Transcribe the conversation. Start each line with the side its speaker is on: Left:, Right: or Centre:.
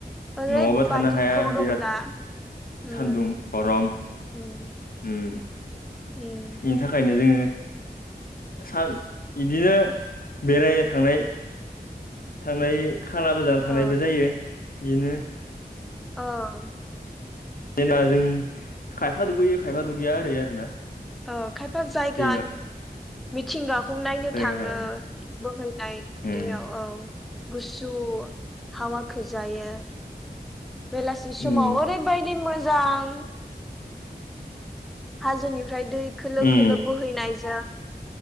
Centre: ओरैबादि
Left: न'आवबो थानो हाया
Centre: गरम
Left: बिराद
Centre: ना उम
Left: सान्दुं गरम।
Centre: उम
Left: बेनि
Centre: उम
Left: थाखायनो जोङो सान इदिनो बेरायनो थांनाय। थांनाय खानाबो जानो
Centre: औ
Left: थांनायबो जायो बेनो।
Centre: अह।
Left: जेना जों खायफा दुगैयो खायफा दुगैया ओरै आरोना।
Centre: ओ खायफा जायगा
Left: दैमा
Centre: मिथिंगाखौ नायनो
Left: जायगा
Centre: थाङो
Left: लानानै
Centre: बोहैनाय
Left: उम
Centre: दैयाव औ। गुसु हावाखो जायो। बेलासि समाव
Left: उम
Centre: ओरैबायदि मोजां हाजोनिफ्राय दै खोलो
Left: उम
Centre: खोलो बोहैनायजों